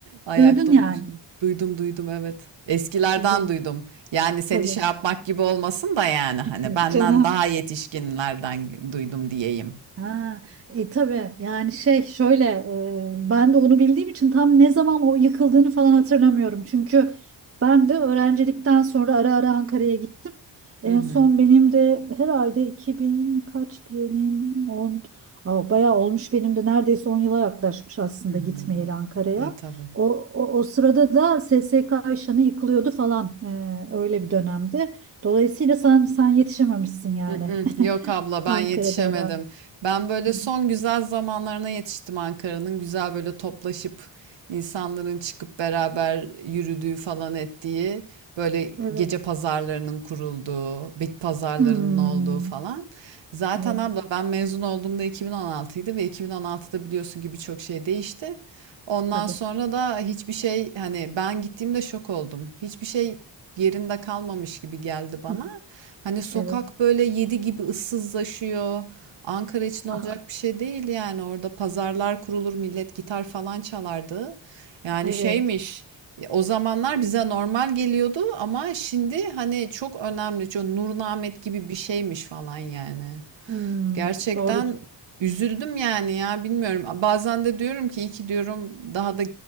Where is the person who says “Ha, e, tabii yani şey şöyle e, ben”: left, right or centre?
Right